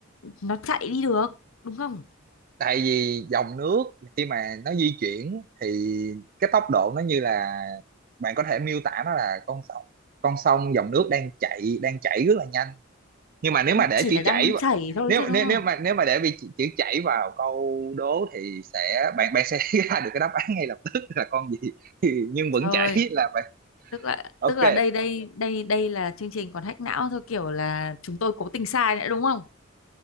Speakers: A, on the left; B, on the right.
A: nó chạy đi được đúng không
B: tại vì dòng nước khi mà nó di chuyển thì cái tốc độ nó như là bạn có thể miêu tả nó là con sông con sông dòng nước đang chạy đang chảy rất là nhanh nhưng mà nếu mà để
A: chỉ
B: chữ
A: là đang
B: chảy vào-
A: chảy thôi
B: nếu
A: chứ đúng
B: nếu
A: không
B: nếu mà nếu mà để bị chữ, chữ chảy vào câu đố thì sẽ bạn bạn sẽ <laughs> ra được cái đáp án ngay lập tức là con gì <laughs> nhưng
A: trời
B: vẫn chảy là bạn
A: tức là
B: ok
A: tức là đây đây đây đây là chương trình còn hack não thôi kiểu là chúng tôi cố tình sai nữa đúng không